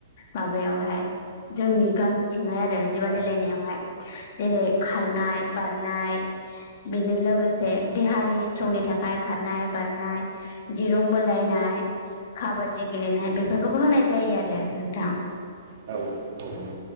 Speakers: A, on the left; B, on the right.
A: माबायावहाय जोंनि गामि थिंहाय आरो इदि बादायलायनायावहाय जेरै खारनाय बारनाय बेजों लोगोसे देहानि सिथ्रंनि थाखाय खारनाय बारनाय दिरुं बोलायनाय खाबादि गेलेनाय बेफोरखौबो होनाय जायो आरो नोंथां।
B: औ औ। औ